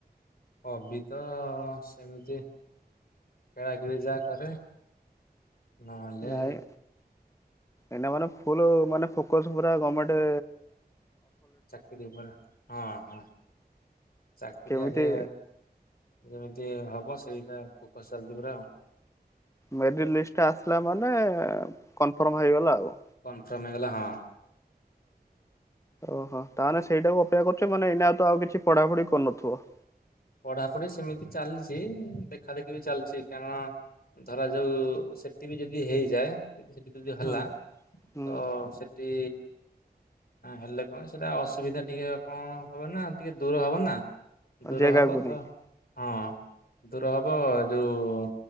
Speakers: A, on the left; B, on the left.
A: ହବି ତ ସେମିତି ଖେଳାଖେଳି ଯାହା କରେ। ନହଲେ
B: ନାଇଁ ଏଇନା ମାନେ ଫୁଲ ମାନେ ଫୋକସ ପୁରା ଗଣମେଣ୍ଟ
A: ଚାକିରି ଉପ ହଁ ହଁ। ଚାକିରି
B: କେମିତି
A: ଆଗେ ଯେମିତି ହବ ସେଇଟା ଫୋକସ୍ ଚାଲିଚି ପୁରା ଆଉ।
B: ମେରିଟ ଲିଷ୍ଟା ଆସିଲା ମାନେ କନଫର୍ମ ହେଇଗଲା ଆଉ।
A: କନଫର୍ମ ହେଇଗଲାହଁ।
B: ଓହୋ ତାହେଲେ ସେଇଟାକୁ ଅପେକ୍ଷା କରୁଛ ମାନେ ଏଇନାଉ ତ ଆଉ କିଛ ପଢାପଢି କରୁନଥିବ।
A: ପଢାପଢି ସେମିତି ଚାଲିଛି। ଦେଖା ଦେଖି ବି ଚାଲିଛି। କାରଣ ଧର ଯୋଉ ସେଠି ବି ଯଦି ହେଇଯାଏ। ଯଦି ହେଲା ସେଠି ଯଦି ହେଲା।
B: ହଁ ହୁଁ
A: ତ ସେଠି ହେଲେ କଣସେଟା ଅସୁବିଧା ଟିକେ କଣ ହବ ନା ଟିକେ ଦୂର ହବ ନା। ଦୂର
B: ଜାଗାକୁ
A: ହବ ତ,
B: ନେଇକି
A: ହଁ ଦୂର ହବ, ଯୋଉ